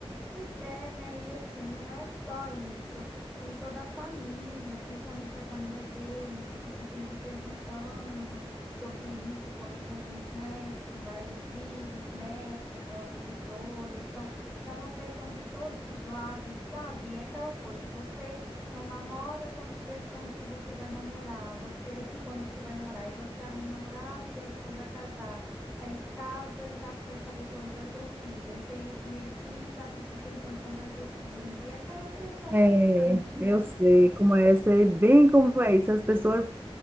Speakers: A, in the centre; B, on the right.
A: Pois é, né? E assim, não é só isso. Tem toda a família, principalmente a família dele, que fica sempre perguntando sobre isso, quando que a gente, né, vai vir, os netos, aquela coisa toda. Então, é uma pressão de todos os lados, sabe? E aquela coisa, você não namora, estão te perguntando se você vai namorar, você, <laughs> quando que você vai namorar, e você arruma um namorado, pergunta quando vai casar. Aí casa, já quer saber quando vai ter o filho. Aí tem o primeiro filho, já ficam perguntando quando vai ser o segundo. E é aquela pressão
B: É,
A: constante, né?
B: eu sei como é, sei bem como é isso. As pessoas